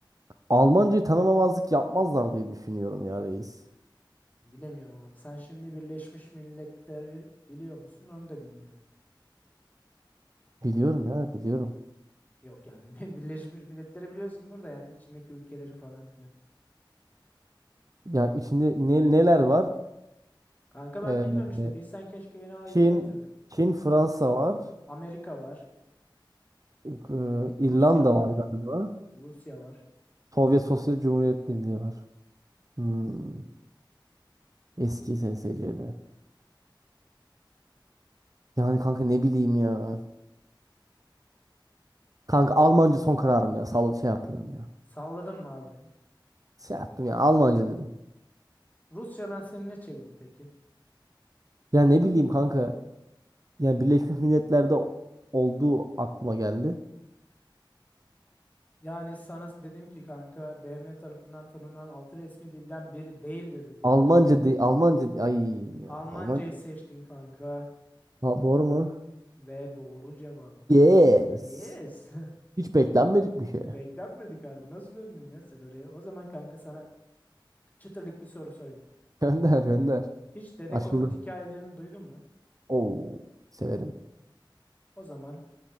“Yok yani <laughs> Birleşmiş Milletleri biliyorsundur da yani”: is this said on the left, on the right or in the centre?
Left